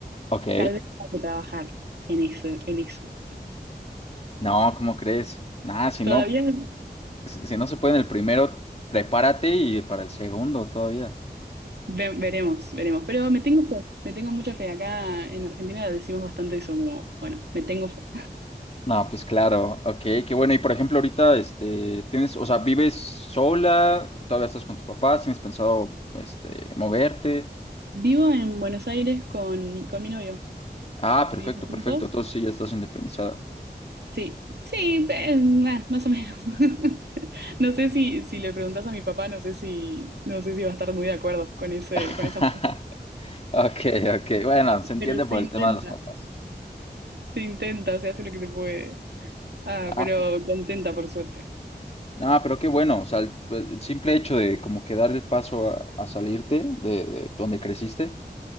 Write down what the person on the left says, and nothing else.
Ok.
No, ¿cómo crees? Nada, si
no,
si si no se puede en el primero, prepárate y para el segundo todavía.
No, pues claro, ok, qué bueno. Y por ejemplo, ahorita, este, tienes, o sea, ¿vives sola? ¿Todavía estás con tus papás? ¿Tienes pensado, este, moverte?
Ah, perfecto,
perfecto. Entonces sí, ya estás independizada.
<laughs>
Ok, ok. Bueno, se entiende
por el
tema de los papás.
Ah,
no, pero qué bueno. O sea, el, pues, el simple hecho de como que dar el paso a, a salirte de, de donde creciste.